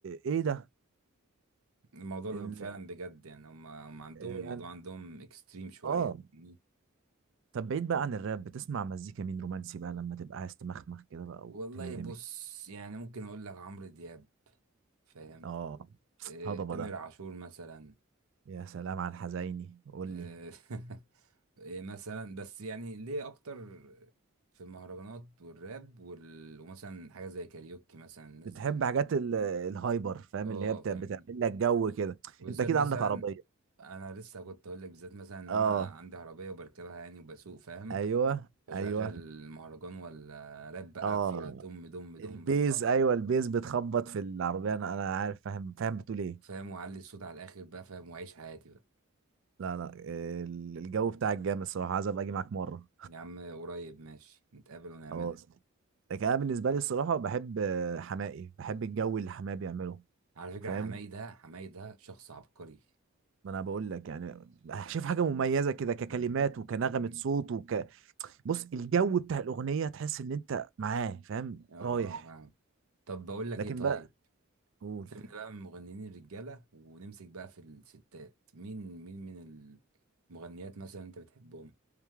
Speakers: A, on the right; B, on the right.
A: ايه ده
B: الموضوع
A: ال-
B: ده فعلا بجد يعني هم هم عندهم
A: إيه
B: الموضوع
A: يعني
B: عندهم اكستريم شوية
A: اه
B: فاهمني؟
A: طب بعيد بقى عن الراب بتسمع مزيكا مين رومانسي بقى لما تبقى عايز تمخمخ كده بقى
B: والله
A: وتندمج
B: بص يعني ممكن اقول لك عمرو دياب فاهم
A: اه
B: آه،
A: هضبه
B: تامر
A: ده
B: عاشور مثلا
A: يا سلام على الحزيني قول
B: آه،
A: لي
B: <laughs> آه، مثلا بس يعني ليه اكتر في المهرجانات والراب وال... ومثلا حاجة زي كاريوكي مثلا الناس
A: بتحب
B: دي فاهم؟
A: حاجات ال- الهايبر فاهم
B: اه
A: اللي هي بت-
B: فاهمني
A: بتعمل لك جو كده
B: وبالذات
A: انت كده
B: مثلا
A: عندك عربية
B: انا لسه كنت اقول لك بالذات مثلا ان
A: اه
B: انا عندي عربية وبركبها يعني وبسوق فاهم
A: ايوه
B: اشغل
A: ايوه
B: مهرجان ولا راب بقى
A: اه
B: فيها دم دم دم
A: البيز
B: خبط
A: ايوه البيز بتخبط في العربية انا انا عارف فاهم فاهم بتقول ايه
B: فاهم واعلي الصوت على الاخر بقى فاهم واعيش حياتي بقى
A: لا لا ال- الجو بتاعك جامد الصراحة عايز ابقى اجي معاك مرة
B: يا عم قريب ماشي نتقابل ونعملها
A: خلاص لكن انا بالنسبة لي الصراحة بحب آه، حمائي بحب الجو اللي حماقي بيعمله
B: على فكرة
A: فاهم
B: حماقي ده حماقي ده شخص عبقري
A: ما انا بقول لك يعني شوف حاجة مميزة كده ككلمات
B: امم
A: وكنغمة
B: امم
A: صوت بص الجو بتاع الاغنيه تحس ان انت معاه فاهم
B: اه
A: رايح
B: فاهم طب بقول لك
A: لكن
B: ايه طيب
A: بقى قول
B: سيبنا بقى من مغنيين الرجالة ونمسك بقى في الستات مين مين من المغنيات مثلا انت بتحبهم